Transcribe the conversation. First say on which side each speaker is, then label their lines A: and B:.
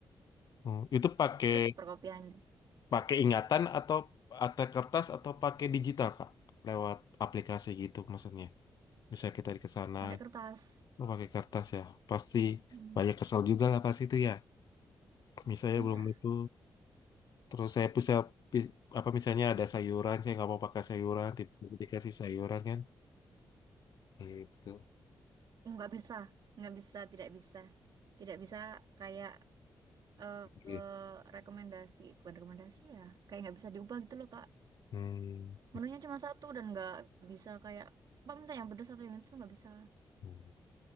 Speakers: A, on the left; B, on the right.
A: Hmm. Itu pakai
B: Terus perkopian
A: pakai ingatan atau atau kertas atau pakai digital Kak? Lewat aplikasi gitu maksudnya. Bisa kita di kesana,
B: pakai kertas.
A: oh, pakai kertas ya. Pasti
B: Hmm.
A: banyak kesel juga lah pasti itu ya. Misalnya
B: Iya,
A: belum itu. Terus saya bisa pi- apa misalnya ada sayuran, saya nggak mau pakai sayuran, tiba-tiba dikasih sayuran kan? Gitu.
B: nggak bisa, nggak bisa, tidak bisa, tidak bisa kayak eh
A: Oke.
B: eh, rekomendasi, bukan rekomendasi ya. Kayak nggak bisa diubah gitu loh Kak.
A: Hmm.
B: Menunya cuma satu dan nggak bisa kayak Pak minta yang pedes atau yang itu tuh nggak bisa.
A: Hmm.